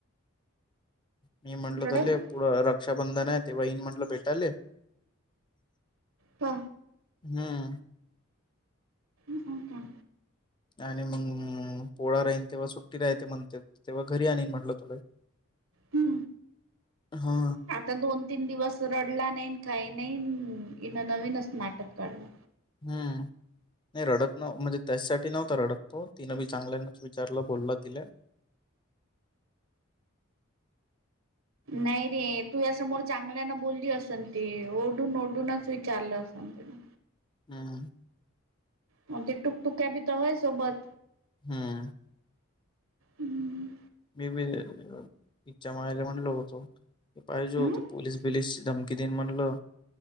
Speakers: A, on the left (about 20°); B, on the right (about 80°).
A: मी म्हटलो
B: रडत
A: तले
B: होता
A: पुढं र रक्षाबंधन आहे तेव्हा येईन म्हटलं भेटाले.
B: तो
A: हम्म.
B: हो का?
A: आणि मग पोळा राहीन तेव्हा सुट्टी राहते म्हणतेत, तेव्हा घरी आनीन म्हटलं तुले.
B: हम्म.
A: हा.
B: आता दोन तीन दिवस रडला नाहीन काही नाही. हिन नवीनच नाटक काढलं.
A: हम्म. नाही रडत न म्हणजे त्याचसाठी नव्हता रडत तो. तिनं बी चांगल्यानच विचारलं बोललो तिले.
B: नाही रे तूया समोर चांगल्यान बोलली असनं ती. ओरडून, ओरडूनच चारल असंन तीनं.
A: हम्म.
B: म्हणते टुकटुक्या बी तल होय सोबत.
A: हम्म.
B: हम्म
A: मी बी इथे इच्या मायाला म्हणलो होतो. पाहिजे
B: हम्म
A: होतो पोलीस. पोलीस ची धमकी देईन म्हणलं.